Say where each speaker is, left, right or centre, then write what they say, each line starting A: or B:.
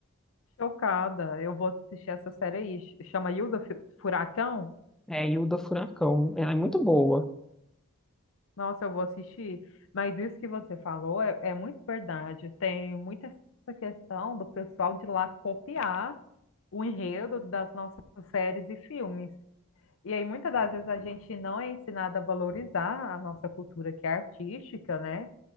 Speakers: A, on the left; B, in the centre.
A: Chocada, eu vou assistir essa série aí. Ch- Chama Hilda Fu- Furacão?
B: É, Hilda Furacão. Ela é muito boa.
A: Nossa, eu vou assistir. Mas isso que você falou é, é muito verdade. Tem muita essa questão do pessoal de lá copiar o enredo das nossas séries e filmes. E aí, muitas das vezes, a gente não é ensinado a valorizar a nossa cultura que é artística, né?